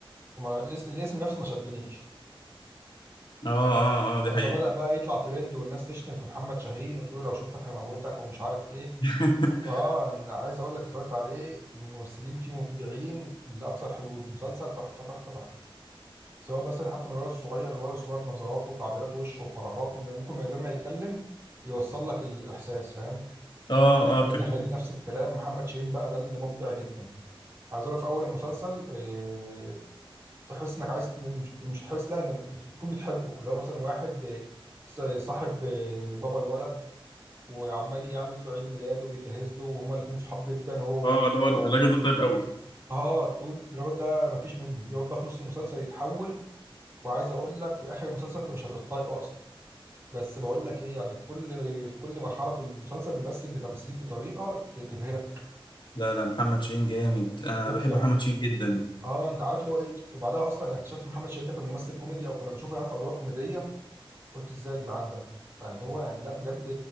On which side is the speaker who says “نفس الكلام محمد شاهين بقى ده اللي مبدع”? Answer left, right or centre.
Right